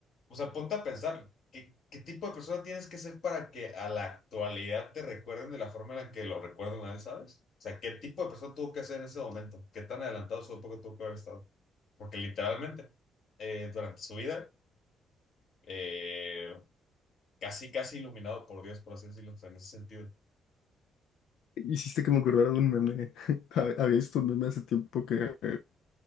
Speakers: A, on the left; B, on the left.
A: o sea, ponte a pensar, ¿qué, qué tipo de persona tienes que ser para que a la actualidad te recuerden de la forma en la que lo recuerdan a él, ¿sabes? O sea, ¿qué tipo de persona tuvo que ser en ese momento? ¿Qué tan adelantado su época tuvo que haber estado? Porque literalmente, eh, durante su vida, eh, casi, casi iluminado por Dios, por así decirlo, o sea, en ese sentido.
B: Hiciste que me acordara de un meme. <laughs> Había visto un meme hace tiempo que,